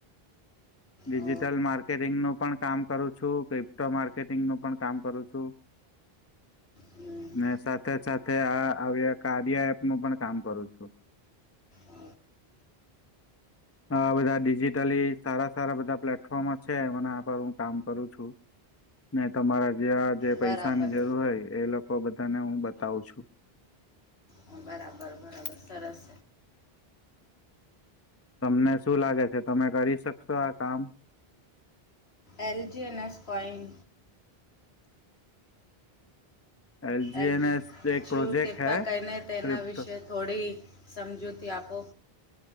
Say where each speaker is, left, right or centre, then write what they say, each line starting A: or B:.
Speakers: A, on the left; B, on the left.
A: ડિજિટલ
B: ઓ
A: માર્કેટિંગનું પણ કામ કરું છું <unintelligible> માર્કેટિંગ નું પણ કામ કરું છું
B: હમ,
A: ને સાથે સાથ <unintelligible> આ કાર્યા એપનું પણ કામ કરું છું
B: ઓ,
A: આવા બધા ડિજીિટલી સારા સારા બધા પ્લેટફોમો છે <unintelligible> પર હું કામ કરું છું ને તમારા જે આ જે પૈસાની
B: બરાબર
A: જરૂર હોય એ લોકો બધાને હું બતાવું છું
B: હ બરાબર બરાબર સરસ
A: તમને શું લાગે છે તમે કરી શકશો આ કામ
B: L G N S coin
A: એલજીએનએસ
B: L જયુ
A: એક
B: જયું
A: પ્રોજેક્ટ
B: કૃપા
A: હૈ
B: કહીને તેના
A: ક્રિપ્ટો
B: વિશે થોડી સમજૂતી આપો